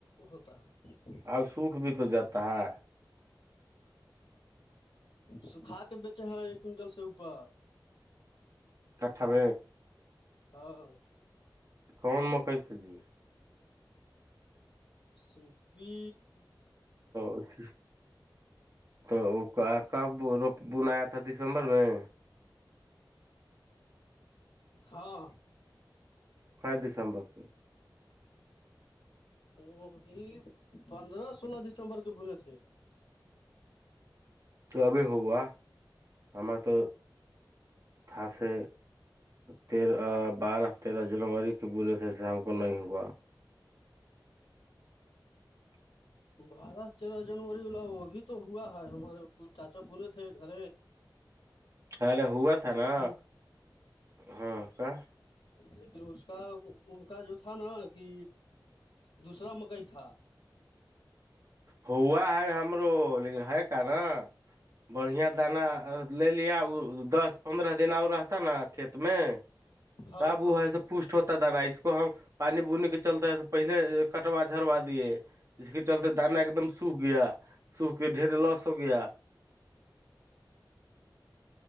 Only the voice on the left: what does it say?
ہوتا ہے
سکھا کے بیچے ہے ایکٹل سے اوپر
ہاں ہاں
سپی
ہاں
وہ پندرہ سولہ دسمبر کے بول تھے
بارہ تیرہ جنوری وال ل وہ ابھی تو ہوا ہے ہمارے چاچا بنے تھے گھر
لیکن
لیکن اس کا ان کا جو تھا نا کہ دوسرا مکئی تھا
ہاں
ہاں